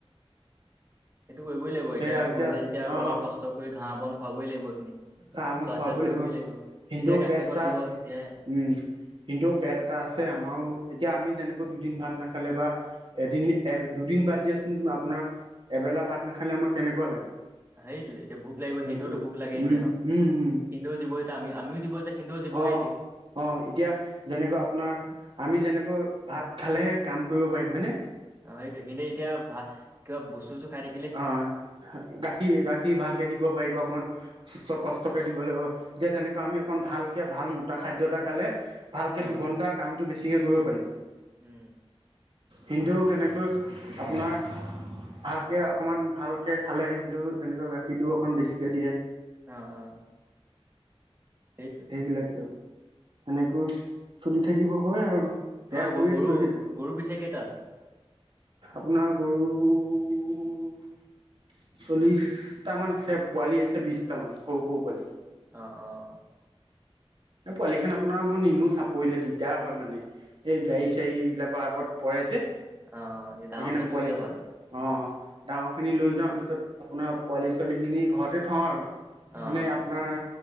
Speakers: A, on the right; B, on the right.
A: সেইটো কৰিবই লাগিব এতিয়া
B: সেয়া
A: পুহিচা যেতিয়া
B: অ
A: অলপ কষ্ট কৰি ঘাঁহ, বন খুৱাবই লাগিব এইখিনি।
B: ঘাঁহ, বন
A: চোৱা
B: খুৱাবই
A: চিতাটো কৰিবই
B: লাগিব সিহিঁতৰো
A: তেতিয়াই গাখীৰকণ
B: পেট এটা
A: দিব
B: আছে
A: তেতিয়াই
B: উম। সিহিঁতৰো পেট এটা আছে আমাৰো এতিয়া আমি যেনেকৈ দুদিন ভাত নাখালে বা এদিন, দুদিন বাদ দিয়াচোন তুমি আপোনাৰ এবেলা ভাত নাখালে আমাৰ কেনেকুৱা লাগে?
A: সেইটোয়ে এতিয়া ভোক লাগিব
B: সেইটোৱে
A: সিহিঁতৰতো ভোক লাগে এতিয়া
B: উম
A: ন?
B: উম উম
A: সিহিঁতৰো জীৱ এতিয়া আমি, আমিও জীৱ সিহঁতেও জীৱই
B: অ',
A: এতিয়া
B: অ', এতিয়া যেনেকুৱা আপোনাৰ আমি যেনেকৈ ভাত খালেহে কাম কৰিব পাৰিম হয়নে?
A: অ', সেইটোৱে সিহঁতে এতিয়া ভাল কিবা বস্তু চস্তু খাই থাকি
B: অ', গাখীৰ, গাখীৰ ভালকে দিব পাৰিব, অকণমান কষ্টকে দিব লাগিব যে, <unintelligible> আমি অকন ভালকে, ভাল মোটা খাদ্য এটা খালে ভালকে
A: অ
B: দুঘন্টা কামটো বেছিকে কৰিব পাৰিম।
A: উম।
B: কিন্তু সেনেকৈ আপোনাৰ ভালকে অকমান ভালকে খালে, সিঁহিতয়ো তেনেকৈ গাখীৰটো অকন বেছিকে দিয়ে।
A: অ'। সেইটোৱে
B: সেইবিলাকে আৰু সেনেকৈ চলি থাকিব হয়, আৰু। সেয়া
A: তোমাৰ গ
B: কৰি
A: গৰু
B: চলি,
A: গৰু পিছে কেইটা আছে
B: আপোনাৰ গৰু উ চল্লিশটা মান আছে পোৱালি আছে বিশটা মান সৰু সৰু পোৱালি।
A: অঁ অঁ
B: পোৱালি খিনি আপোনাৰ ম নিনো চাপৰিলে দিগদাৰ হয় মানে এই গাড়ী
A: সেইটোৱে
B: চাড়ী বিলাকৰ আগত পৰেজে,
A: অ এই ডাঙৰখিনি
B: সেইকাৰণে পোৱালি
A: লৈ যোৱাই ভাল
B: অ অঁ ডাঙৰখিনি লৈ যাওঁ তাৰপিছত আপোনাৰ পোৱালী ছোৱালীখিনি ঘৰতে থওঁ আৰু।
A: অ অ
B: মানে আপোনাৰ